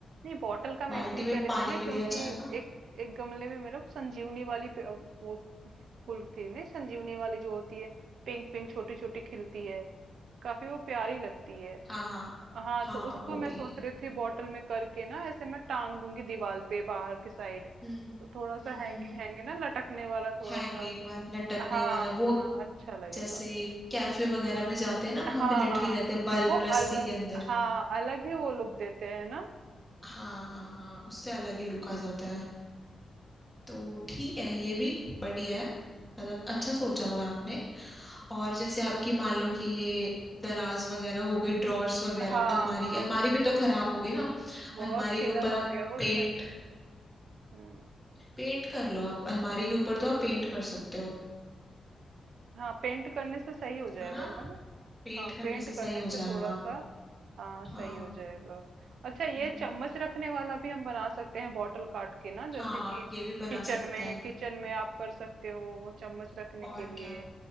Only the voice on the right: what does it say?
नहीं बॉटल का मैं
इसलिए
कह रही
थी ना
क्योंकि
एक एक गमले में मेरे संजीवनी वाली पे- वो फूल थी नहीं संजीवनी वाली जो होती है पिंक पिंक छोटी छोटी खिलती है काफी वो प्यारी लगती है
हाँ
तो उसको
मैं
सोच रही थी बॉटल में करके ना ऐसे मैं टांग दूंगी दीवार पे बाहर की साइड
तो थोड़ा सा
हैंगिंग
हैंगिंग ना लटकने वाला थोड़ा
सा
हाँ
हाँ अच्छा लगेगा
फिर
हाँ
हाँ
वो
अल
हाँ अलग ही वो लुक देते हैं ना
हम्म,
हाँ
हाँ
हाँ
बहुत
सिलन
हो
गया
उसमें तो हम्म
हाँ पेंट करने से सही हो जाएगा
ना वो
हाँ
पेंट
करने
से
थोड़ा सा हाँ
सही हो जाएगा अच्छा ये
चम्मच रखने वाला भी हम बना सकते हैं बॉटल काट के ना जैसे
कि
किचन
में
किचन में आप कर सकते हो वो चम्मच रखने
के लिए